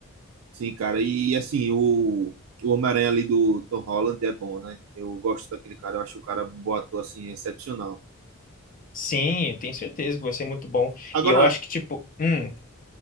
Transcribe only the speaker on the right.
sim, cara. E assim, o, o Homem-Aranha ali do Tom Holland é bom, né? Eu gosto daquele cara, eu acho o cara bom ator, assim, excepcional.
Agora,